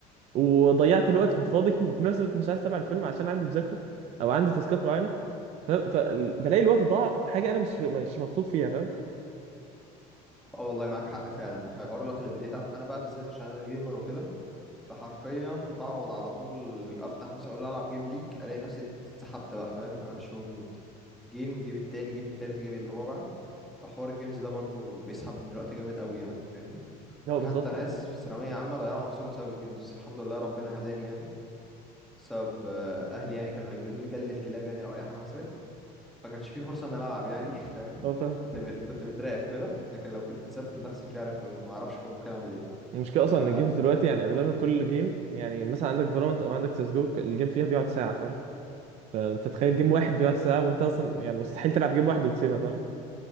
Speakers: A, on the right; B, in the centre.
A: وضيعت الوقت في الفاضي <laughs> وفي نفس الوقت مش عايز أتابع الفيلم عشان عندي مذاكرة أو عندي تاسكات معينة فاهم فبلاقي الوقت ضاع في حاجة أنا مش مش مبسوط فيها فاهم
B: اه والله معاك حق فعلا حوار الوقت اللي بديت أخ... انا بقى بالذات عشان انا جيمر وكده فحرفيا بقعد على طول افتح مثلا اقول العب جيم ليج الاقي نفسي اتسحبت بقى فاهم انا مش موجود جيم يجيب التاني يجيب التالت يجيب الرابع فحوار الجيمز ده برضو بيسحب من الوقت جامد قوي يعني فاهمني
A: هو
B: وفي
A: بالظبط
B: حتى ناس في ثانوية عامة ضيعوا نفسهم بسبب الجيمز بس الحمد لله ربنا هداني يعني بسبب آه، اهلي يعني كانوا هيجلدوني جلد الكلاب يعني لو اي حاجة حصلت فكانش في فرصه ان انا العب يعني <laughs> فاهم
A: <laughs> هو فاهم
B: كنت م... كنت متراقب وكده لكن لو كنت اتسبت لنفسي فعلا كنت ما اعرفش كنت ممكن اعمل ايه
A: المشكلة أصلا
B: ف
A: إن الجيمز دلوقتي يعني أغلبها كل جيم يعني مثلا عندك فالورانت
B: م-
A: أو عندك سيس جو الجيم فيها بيقعد ساعة فاهم فأنت تخيل
B: م-
A: جيم واحد بيقعد ساعة وأنت أصلا يعني مستحيل تلعب جيم واحد وتسيبها فاهم